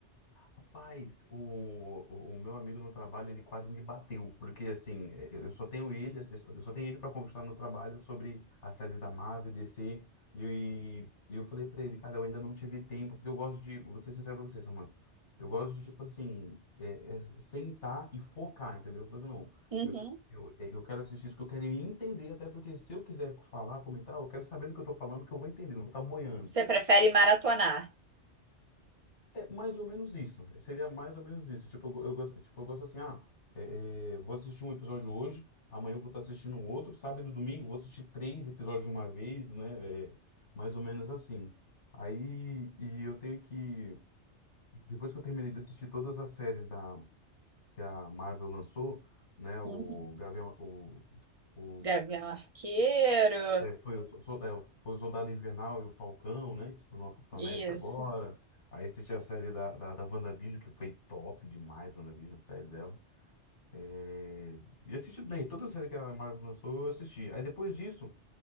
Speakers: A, on the left; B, on the right.
A: Rapaz, o, o, o meu amigo no trabalho, ele quase me bateu, porque assim, eu eu só tenho ele, eu só eu só tenho ele para conversar no trabalho sobre as séries da Marvel, DC, e, e eu falei para ele, cara, eu ainda não tive tempo, porque eu gosto de, vou ser sincero pra você, Samantha, eu gosto de, tipo assim, é, é, sentar e focar, entendeu? Eu falei, não,
B: Uhum.
A: eu, eu, é, eu quero assistir isso, que eu quero entender, até porque se eu quiser falar, comentar, eu quero saber do que eu tô falando, que eu vou entender, não vou estar boiando.
B: Você prefere maratonar?
A: É mais ou menos isso. Seria mais ou menos isso. Tipo, eu, go- eu gosto, tipo, eu gosto assim, ah, é, é, vou assistir um episódio hoje, amanhã eu vou estar assistindo outro, sábado e domingo eu vou assistir três episódios de uma vez, né? É, mais ou menos assim. Aí, e eu tenho que, depois que eu terminei de assistir todas as séries da, que a Marvel lançou, né, o
B: Uhum.
A: Gavião, o, o
B: Gavião Arqueiro,
A: é, foi, o, so- so, é, foi o Soldado Invernal e o Falcão, né? Que se tornou a Capitão
B: isso.
A: América agora. Aí assisti a série da, da, da WandaVision, que foi top demais, WandaVision, a série dela. É, e assisti, né, toda a série que a Marvel lançou, eu assisti. Aí depois disso,